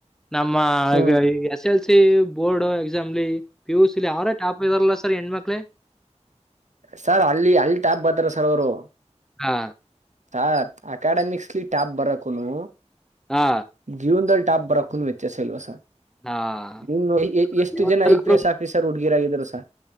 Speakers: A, in the centre; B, on the right.
A: ನಮ್ಮ
B: ಹ್ಮ್
A: ಈಗ ಎಸ್ ಎಲ್ ಸಿ ಬೋರ್ಡ್ ಎಕ್ಸಾಮ್ಲಿ ಪಿ ಯು ಸಿ ಲಿ ಅವ್ರೇ ಟಾಪ್ ಇದಾರಲ್ಲ ಸರ್ ಹೆಣ್ ಮಕ್ಳೇ.
B: ಸರ್ ಅಲ್ಲಿ ಅಲ್ ಟ್ಯಾಬ್ ಬರ್ತಾರ ಸರ್ ಅವ್ರು.
A: ಹಾ
B: ಸ ಅಕಾಡೆಮಿಕ್ಸ್ಲಿ ಟಾಪ್ ಬರಕುನು
A: ಹಾ
B: ಜೀವನ್ದಲ್ ಟಾಪ್ ಬರಕ್ಕುನು ವ್ಯತ್ಯಾಸ ಇಲ್ವಾ ಸರ್.
A: ಹಾ
B: ನಿಮ್ಮ ಏ ಏ ಎಷ್ಟು
A: ಜೀವನದಲ್ಲಾದ್ರೂ
B: ಜನ ಐ ಪಿ ಎಸ್ ಆಫೀಸರ್ ಹುಡ್ಗಿರ ಆಗಿದಾರೆ ಸ